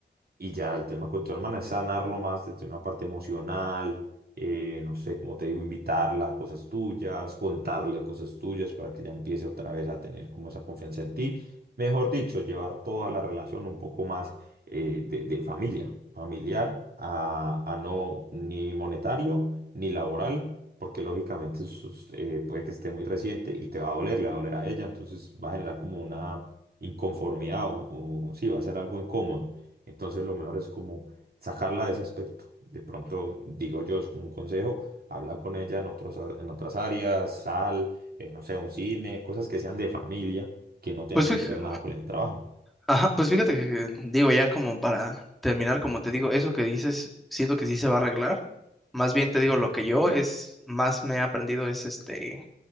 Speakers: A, on the right (about 55°); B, in the centre.
A: Y ya el tema con tu hermana es sanarlo más desde una parte emocional, eh, no sé, como te digo, invitarla a cosas tuyas, contarle cosas tuyas para que ella empiece otra vez a tener como esa confianza en ti. Mejor dicho, llevar toda la relación un poco más eh, de, de familia, familiar a, a no ni monetario ni laboral, porque lógicamente eso es, eh, puede que esté muy reciente y te va a doler, le va a doler a ella, entonces va a generar como una inconformidad o, o sí, va a ser algo incómodo. Entonces lo mejor es como sacarla de ese aspecto. De pronto, digo yo, es como un consejo, habla con ella en otros, a- en otras áreas, sal, eh, no sé, un cine, cosas que sean de familia, que no tengan
B: Pues fíjate,
A: que ver nada con el trabajo.
B: ajá, pues fíjate que, digo, ya como para terminar, como te digo, eso que dices, siento que sí se va a arreglar. Más bien te digo, lo que yo es, más me he aprendido es este,